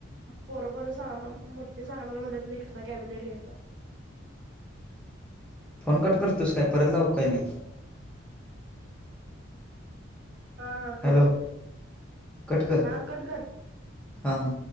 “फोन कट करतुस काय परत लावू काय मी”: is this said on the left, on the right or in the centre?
Centre